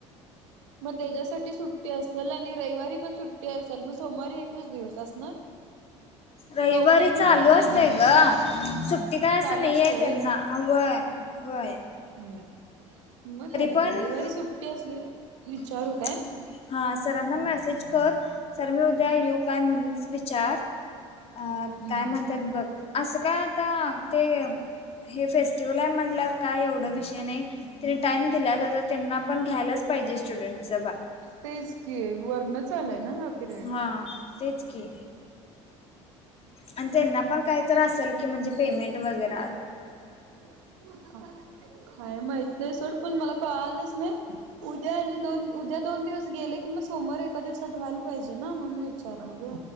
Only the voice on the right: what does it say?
मग त्याच्यासाठी सुट्टी असल आणि रविवारी पण सुट्टी असल मग सोमवारी एकच दिवस असणार?
का उद्या घेतील
त्याने
चालू
असते
हम् म झाले
की रविवारी सुट्टी असली, विचारू
काय?
हम्म.
तेच की वरनंच आलाय ना हा पिरियड.
हो <inaudible> काय माहित नाही सोड, पण मला कळालंच नाही. उद्या आणि दोन उद्या दोन दिवस गेले कि, मग सोमवार एका दिवसात व्हायला पाहिजे ना म्हणून विचारलं ग.